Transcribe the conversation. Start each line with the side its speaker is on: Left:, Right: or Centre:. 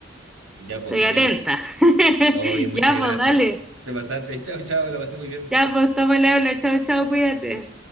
Right: Ya, pues,
Centre: estoy
Right: genial.
Centre: atenta. <laughs>
Right: Oye, muchas
Centre: Ya,
Right: gracias.
Centre: pues, dale.
Right: Te pasaste. Chao, chao, lo pasé muy bien.
Centre: Ya, pues, toma el habla, chao, chao, cuídate.